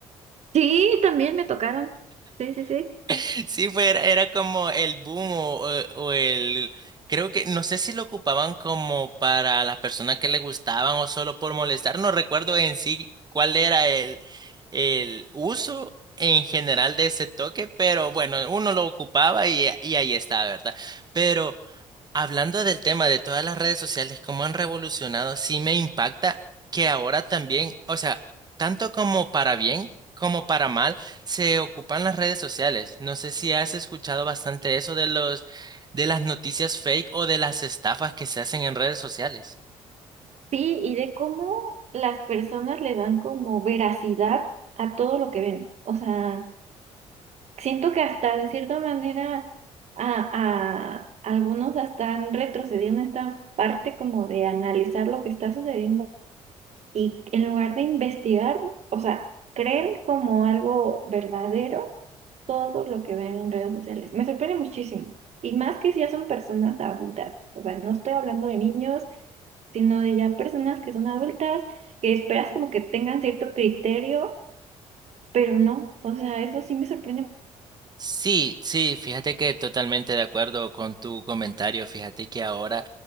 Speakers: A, on the right; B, on the right.
A: Sí, también me tocaron. Sí, sí, sí.
B: <laughs> Sí, fue, era, era como el boom o, o- o el... Creo que, no sé si lo ocupaban como para las personas que le gustaban o solo por molestar, no recuerdo en sí cuál era el, el uso en general de ese toque, pero bueno, uno lo ocupaba y, y ahí está, ¿verdad? Pero... Hablando del tema de todas las redes sociales, cómo han revolucionado, sí me impacta que ahora también, o sea, tanto como para bien como para mal, se ocupan las redes sociales. No sé si has escuchado bastante eso de los, de las noticias fake o de las estafas que se hacen en redes sociales.
A: Sí, y de cómo las personas le dan como veracidad a todo lo que ven. O sea, siento que hasta de cierta manera a, a algunos hasta han retrocedido en esta parte como de analizar lo que está sucediendo Y en lugar de investigar, o sea, creen como algo verdadero todo lo que ven en redes sociales. Me sorprende muchísimo. Y más que si ya son personas adultas. O sea, no estoy hablando de niños, sino de ya personas que son adultas, que esperas como que tengan cierto criterio, pero no. O sea, eso sí me sorprende.
B: Sí, sí, fíjate que totalmente de acuerdo con tu comentario. Fíjate que ahora